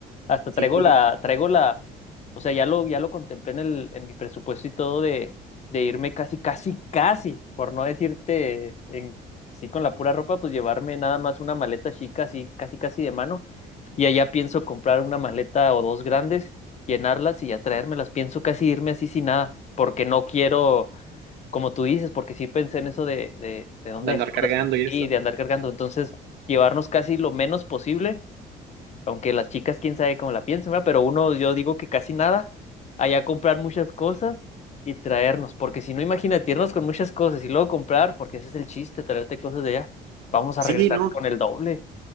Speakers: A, on the left; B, on the right.
A: Hasta
B: sí,
A: traigo la, traigo la, o sea, ya lo, ya lo contemplé en el, en mi presupuesto y todo de, de irme casi, casi, casi, por no decirte en, sí con la pura ropa, pues llevarme nada más una maleta chica, así, casi, casi de mano. Y allá pienso comprar una maleta o dos grandes, llenarlas y ya traérmelas. Pienso casi irme así sin nada, porque no quiero, como tú dices, porque sí pensé en eso de, de, de dónde
B: de andar
A: dejamos
B: cargando
A: las cosas
B: y
A: y
B: esto.
A: de andar cargando. Entonces, llevarnos casi lo menos posible aunque las chicas, quién sabe cómo la piensan, ¿verdad? Pero uno, yo digo que casi nada, allá comprar muchas cosas y traernos, porque si no, imagínate irnos con muchas cosas y luego comprar, porque ese es el chiste, traerte cosas de allá. Vamos a
B: Sí,
A: regresar
B: no.
A: con el doble.